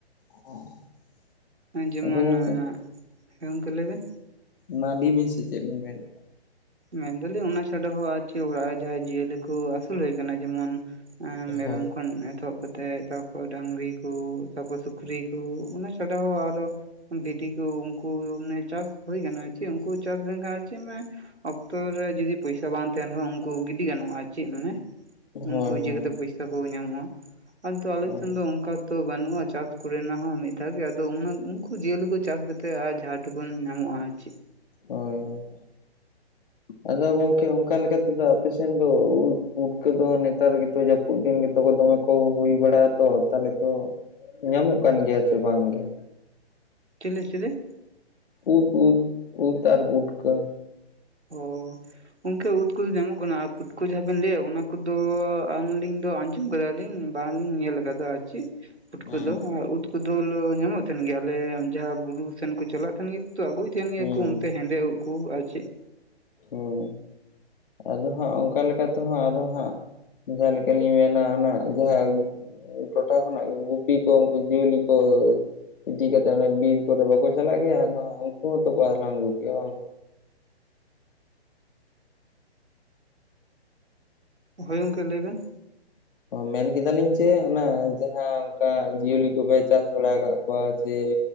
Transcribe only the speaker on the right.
ᱟᱡᱚᱢᱟᱱᱟᱜ᱾
ᱦᱮᱸ ᱜᱚᱝᱠᱮ ᱞᱟᱹᱭᱵᱮᱱ?
ᱢᱮᱱ ᱫᱟᱞᱤᱧ ᱚᱱᱟ ᱪᱷᱟᱰᱟ ᱦᱚᱸ ᱟᱨ ᱪᱮᱫ ᱚᱲᱟᱜ ᱨᱮ ᱡᱟᱦᱟᱸ ᱡᱤᱭᱟᱹᱞᱤ ᱠᱚ ᱟᱹᱥᱩᱞ ᱦᱩᱭ ᱟᱠᱟᱱᱟ ᱡᱮᱢᱚᱱ ᱮ ᱢᱮᱨᱚᱢ
ᱠᱷᱚᱱ ᱮᱛᱚᱦᱚᱵ‌ ᱠᱟᱛᱮᱜ ᱛᱟᱯᱚᱨ ᱰᱟᱝᱨᱤ ᱠᱚ ᱛᱟᱯᱚᱨ ᱥᱩᱠᱨᱤ ᱠᱚ ᱚᱱᱟ ᱪᱷᱟᱰᱟ ᱦᱚᱸ ᱟᱨᱚ ᱵᱷᱤᱰᱤ ᱠᱚ ᱩᱱᱠᱩ ᱢᱟᱱᱮ ᱪᱟᱥ ᱦᱩᱭ ᱠᱟᱱᱚᱜᱟ ᱪᱮᱫ ᱩᱱᱠᱩ ᱪᱟᱥ ᱞᱮᱱᱠᱷᱟᱱ ᱪᱮ ᱢᱟᱭ ᱚᱠᱛᱚ ᱨᱮ ᱡᱩᱫᱤ ᱯᱚᱭᱥᱟ ᱵᱟᱝ ᱛᱟᱦᱮᱱ ᱨᱮᱦᱚᱸ ᱩᱱᱠᱩ ᱜᱤᱰᱤ ᱜᱟᱱᱚᱜᱼᱟ ᱪᱮᱫ ᱢᱟᱱᱮ
ᱩᱱᱠᱩ ᱤᱭᱟᱹ
ᱠᱟᱛᱮᱜ ᱯᱚᱭᱥᱟ ᱥᱮᱠᱚ ᱧᱟᱢᱚᱜᱼᱟ ᱟᱫᱚ ᱟᱞᱮᱥᱱ
ᱫᱚ ᱚᱱᱠᱟ ᱛᱚ ᱵᱟᱹᱱᱩᱜᱼᱟ ᱪᱟᱥ ᱠᱚᱨᱮᱱᱟᱜ ᱦᱚᱸ ᱢᱤᱫ ᱫᱷᱟᱣ ᱜᱮ ᱟᱫᱚ ᱚᱱᱟ ᱩᱱᱠᱩ ᱡᱤᱭᱟᱹᱞᱤ ᱠᱚ ᱪᱟᱥ ᱠᱟᱛᱮ ᱟᱡᱷᱟᱴ ᱴᱩᱠᱩᱱ ᱧᱟᱢᱚᱜ-ᱟ ᱟᱨ ᱪᱮᱫ?
ᱪᱮᱞᱮ ᱪᱮᱞᱮ?
ᱚ ᱜᱚᱢᱠᱮ ᱩᱫ ᱠᱚᱫᱚ ᱧᱟᱢᱚᱜ ᱠᱟᱱᱟ ᱟᱨ ᱯᱩᱴ᱾ ᱠᱩ ᱡᱟᱦᱟᱸ ᱵᱮᱱ ᱞᱟᱹᱭᱟ ᱚᱱᱟ ᱠᱚᱫᱚ ᱟᱞᱤᱧ ᱫᱚ ᱟᱸᱡᱚᱢ ᱠᱟᱫᱟᱞᱤᱧ ᱵᱟᱝᱞᱤᱧ ᱧᱮᱞ ᱟᱠᱟᱫᱟ ᱪᱤᱫ ᱯᱩᱴᱠᱟ
ᱫᱚ ᱩᱫᱽ ᱩᱱᱠᱩ ᱫᱚ ᱧᱟᱢᱚᱜ ᱛᱟᱦᱮᱱ ᱜᱮᱭᱟ ᱟᱞᱮ ᱡᱟᱦᱟᱸ ᱵᱩᱨᱩ ᱥᱮᱱ ᱠᱚ ᱪᱟᱞᱟᱜ ᱛᱟᱦᱮᱸᱱ ᱜᱮᱛᱚ ᱟᱹᱜᱩᱭ <unintelligible> ᱜᱮᱭᱟᱠᱚ
ᱚᱱᱛᱮ ᱦᱮᱸᱫᱮ ᱩᱫ ᱠᱚ ᱟᱨ ᱪᱮᱫ
ᱦᱳᱭ ᱜᱚᱝᱠᱮ ᱞᱟᱹᱭᱵᱮᱱ।